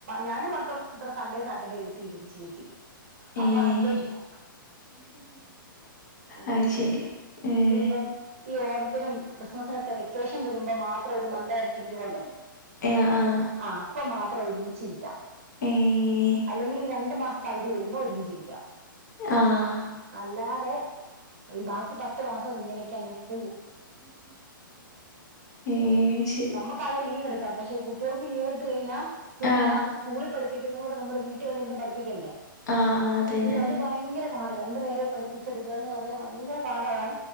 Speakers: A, on the right (about 35°); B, on the left (about 50°).
A: ഞാനും മക്കളും ഇത്ര സൺഡേ സാറ്റർഡേ വീട്ടിരിക്ക ശരിക്ക് അപ്പൊ
B: ഏഹ്
A: ഹസ്ബൻഡ് ഇല്ല അതുകൊണ്ട്
B: അത് ശരി ഏഹ്
A: ഇനിയിപ്പം ഈ ഓണ ത്തിനും ക്രിസ്മസിനൊക്കെ വെക്കേഷൻ വരുമ്പോൾ മാത്രം ഒരു മൺഡേ നമുക്ക് ലീവ് ഉണ്ടല്ലോ
B: ഏ ആഹ്
A: ആ അപ്പൊ മാത്രം ഒരുമിച്ചിരിക്കാം
B: ഏഹ്
A: അല്ലെങ്കിൽ ഈ രണ്ടു മാസത്തെ അവധി വരുമ്പോ ഒരുമിച്ചിരിക്കാം
B: ആഹ്
A: അല്ലാതെ ഈ ബാക്കി പത്ത് മാസം ഇങ്ങനെയൊക്കെ അങ്ങ് പോകും
B: ഏ ശരി
A: നമ്മുക്കാണെ ലീവ് എടുക്കാം പക്ഷെ കുട്ടികൾക്ക് ലീവ് എടുത്ത് കഴിഞ്ഞാൽ പിന്നെ
B: ആഹ്
A: അവർ സ്കൂളിൽ പഠിപ്പി ക്കുന്നത് നമ്മൾ വീട്ടിൽ വന്നിരുന്ന് പഠിപ്പിക്കണ്ടേ
B: ആഹ് അതന്നെ
A: അയ്യോ
B: അതന്നെ
A: അത് ഭയങ്കര പാ രണ്ടു പേരെ പഠിപ്പിച്ചെടുക്കാന്ന് പറഞ്ഞ ഭയങ്കര പാടണെ